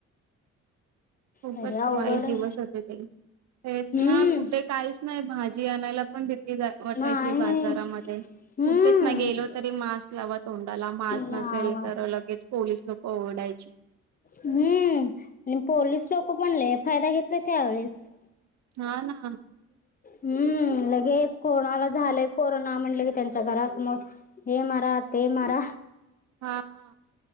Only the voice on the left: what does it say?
तरी अवघड
आहे.
हम्म
नाही
हम्म
नावा
हम्म आणि पोलीस लोक पण लय फायदा घेतला त्यावेेळेस.....
हम्म लगेच कोणाला झालंय कोरोना म्हणलं की त्यांच्या घरासमोर. ये मरा ते मरा.